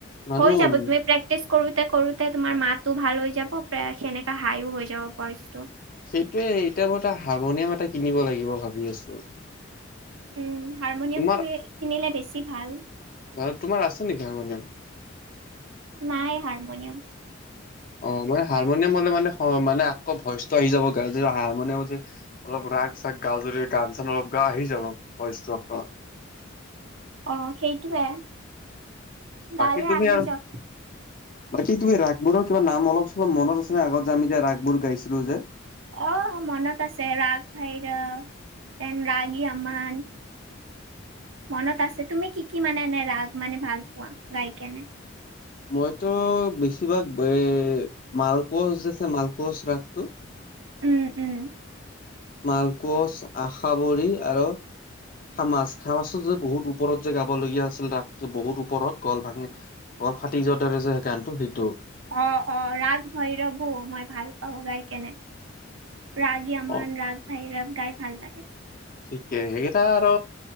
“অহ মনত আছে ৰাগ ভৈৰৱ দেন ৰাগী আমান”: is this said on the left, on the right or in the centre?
Right